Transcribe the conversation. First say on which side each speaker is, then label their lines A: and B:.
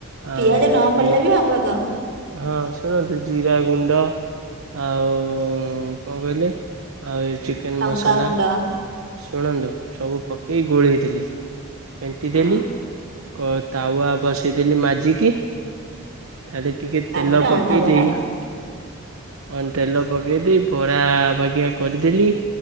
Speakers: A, on the right; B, on the right.
A: ପିଆଜ
B: ଆଉ
A: ନ
B: ଇଏ
A: <unintelligible>
B: ହଁ ଶୁଣନ୍ତୁ ଜିରା ଗୁଣ୍ଡ। ଆଉ କଣ କହିଲେ ଆଉ ଚି କେନ୍
A: ଲଙ୍କାଗୁଣ୍ଡ
B: ମସଲା ଶୁଣନ୍ତୁ? ସବୁ ପକେଇ ଗୋଳେଇ ଦେଲି ଫେଣ୍ଟି
A: ହଁ
B: ଦେଲି। କ ତାୱା ବସେଇଦେଲି ମାଜିକି, ତାଦେ ଟିକେ
A: ତାପରେ
B: ତେଲ
A: ଅଣ୍ଡା
B: ପକେଇ ଦେଇ
A: <unintelligible>
B: କଣ ତେଲ ପକେଦେଇ ବରା ବାଗିଆ କରିଦେଲି।